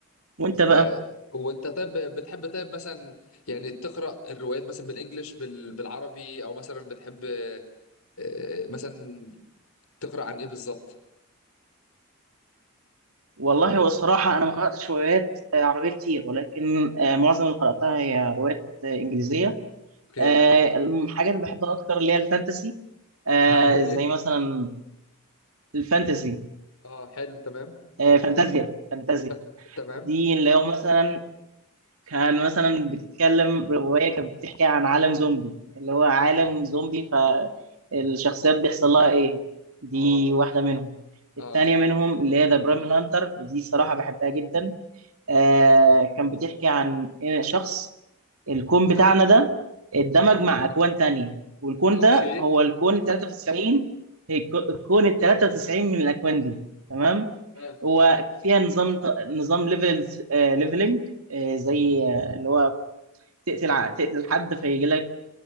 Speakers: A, on the right (about 80°); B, on the left (about 80°).
A: وانت بقى
B: آه، هو انت طيب بتحب طيب مثلا يعني تقرا الروايات مثلا بالانجلش بال... بالعربي او مثلا بتحب آه، آه، مثلا تقرا عن ايه بالظبط
A: والله هو الصراحة أنا ما قرأتش روايات آه، عربية كتير ولكن آه، معظم اللي قرأتها هي روايات آه، إنجليزية
B: اوكي
A: آه، الحاجات اللي بحبها أكتر اللي هي الفانتسي آه،
B: اوكي
A: زي مثلا الفانتسي
B: اه حلو تمام
A: آه، فانتازيا فانتازيا
B: ف... تمام
A: دي اللي هو مثلا كان مثلا بتتكلم رواية كانت بتحكي عن عالم زومبي اللي هو عالم زومبي فالشخصيات بيحصل لها إيه دي
B: اه
A: واحدة منهم
B: اه
A: التانية منهم اللي هي ذا بريمال هانتر ودي صراحة بحبها جدا آه كان بتحكي عن إن شخص الكون بتاعنا ده اتدمج مع أكوان تانية والكون
B: اوكي
A: ده هو الكون ال 93 الك- الكون ال 93 من الأكوان دي تمام
B: تمام.
A: وفيها نظام نظام ليفل ليفلنج زي آه، اللي هو تقتل ع- تقتل حد فيجي لك